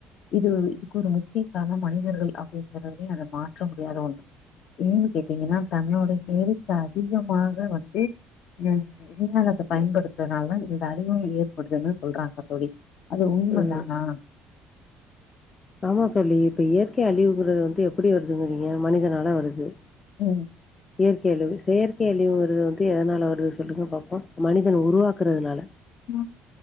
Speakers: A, on the left; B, on the left.
A: இது இதுக்கு ஒரு முக்கிய காரணம் மனிதர்கள் அ அப்டிங்கிறதே அத மாற்ற முடியாத ஒண்ணு ஏன்னு கேட்டீங்கன்னா தன்னோட தேவைக்கு அதிகமாக வந்து அ விஞ்ஞானத்த பயன்படுத்தனால தா இந்த அழிவு ஏற்படுதுன்னு சொல்றாங்க தோழி அது உண்மதானா
B: ம். ஆமா தோழி இப்ப இயற்கை அழிவுங்கிறது வந்து எப்டி வருதுங்கிறீங்க மனிதனால வருது
A: உ
B: இயற்கை அழிவு செயற்கை அழிவுங்கிறது வந்து எதனால வருது சொல்லுங்க பாப்போ மனிதன உருவாக்குறதுனால
A: ம்